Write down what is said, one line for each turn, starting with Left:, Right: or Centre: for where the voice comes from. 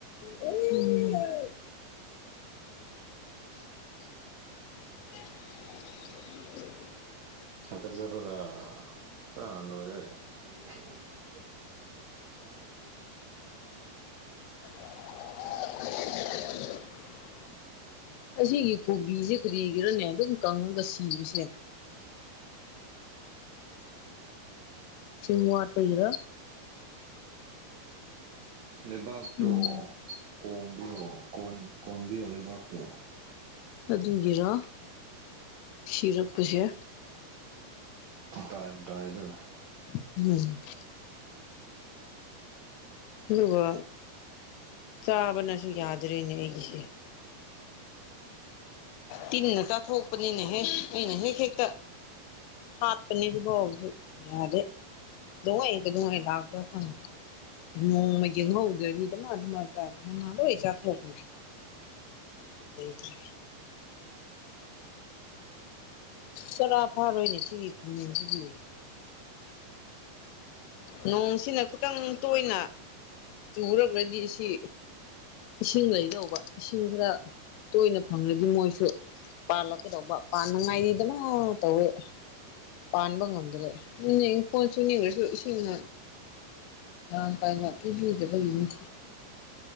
Left: ꯎꯝ
Right: <inaudible>
Left: <inaudible>
Right: <unintelligible> <inaudible>
Left: <inaudible> ꯑꯁꯤꯒꯤ ꯀꯣꯕꯤꯁꯦ ꯀꯔꯤꯒꯤꯔꯅꯦ ꯑꯗꯨꯝ ꯀꯪꯉꯒ ꯁꯤꯕꯁꯦ ꯏꯁꯤꯡ ꯋꯥꯠꯄꯒꯤꯔ
Right: ꯂꯩꯕꯥꯛꯇꯣ
Left: ꯎꯝ
Right: ꯀꯣꯝꯕꯤꯌꯣ ꯀꯣꯟ ꯀꯣꯟꯕꯤꯌꯣ ꯂꯩꯕꯥꯛꯇꯣ
Left: ꯑꯗꯨꯒꯤꯔ ꯁꯤꯔꯛꯄꯁꯦ
Right: ꯃꯇꯥꯏ ꯃꯇꯥꯏ ꯗꯨ
Left: <unintelligible>
Right: <inaudible>
Left: ꯑꯗꯨꯒ ꯆꯥꯕꯅꯁꯨ ꯌꯥꯗ꯭ꯔꯦꯅꯦ ꯑꯩꯒꯤꯁꯦ ꯇꯤꯟꯅ ꯆꯥꯊꯣꯛꯄꯅꯤꯅꯦ ꯍꯦ ꯑꯩꯅ ꯍꯦꯛ ꯍꯦꯛꯇ ꯍꯥꯠꯄꯅꯤ ꯑꯗꯨ ꯐꯥꯎ ꯍꯧꯖꯤꯛ ꯌꯥꯗꯦ <unintelligible> ꯅꯣꯡꯃ ꯌꯦꯡꯍꯧꯗ꯭ꯔꯗꯤ ꯗꯃꯥ ꯗꯃꯥ ꯆꯥꯏ ꯃꯅꯥ ꯂꯣꯏ ꯆꯥꯊꯣꯛꯈ꯭ꯔꯦ ꯂꯩꯇ꯭ꯔꯦ ꯆꯔꯥ ꯐꯥꯔꯣꯏꯅꯦ ꯁꯤꯒꯤ ꯈꯥꯃꯦꯟꯁꯤꯗꯤ ꯅꯣꯡꯁꯤꯅ ꯈꯤꯇꯪ ꯇꯣꯏꯅ ꯆꯨꯔꯒꯗꯤ ꯁꯤ ꯏꯁꯤꯡ ꯂꯩꯗꯧꯕ ꯏꯁꯤꯡ ꯈꯔ ꯇꯣꯏꯅ ꯐꯪꯂꯗꯤ ꯃꯣꯏꯁꯨ ꯄꯥꯜꯂꯛꯀꯗꯧꯕ ꯄꯥꯅꯉꯥꯏꯗꯤ ꯗꯃꯥ ꯇꯧꯋꯦ ꯄꯥꯟꯕ ꯉꯝꯗ꯭ꯔꯦ ꯑꯗꯨꯅꯦ ꯏꯪꯈꯣꯜꯁꯨꯅꯦ ꯀꯔꯤꯁꯨ ꯏꯁꯤꯡꯅ ꯃꯔꯥꯟ ꯀꯥꯏꯅ ꯄꯤꯕꯤꯗꯕꯒꯤꯅꯦ